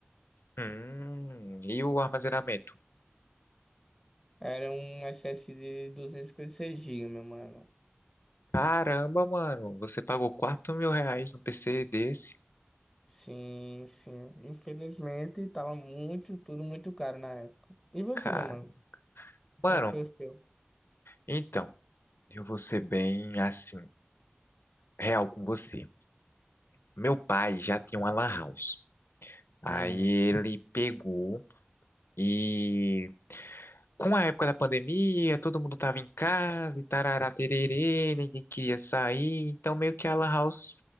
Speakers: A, on the left; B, in the centre.
A: Hum, e o armazenamento?
B: Era um SS de 256 gigas meu mano.
A: Caramba, mano, você pagou quatro mil reais no PC desse?
B: Sim, sim. Infelizmente, tava muito, tudo muito caro na época. E você,
A: Cara.
B: meu mano?
A: Mano,
B: Como é que foi o seu?
A: então, eu vou ser bem assim, real com você. Meu pai já tinha uma lan house. Aí
B: Hum.
A: ele pegou e com a época da pandemia, todo mundo tava em casa e tarará tererê, ninguém queria sair, então meio que a Lan House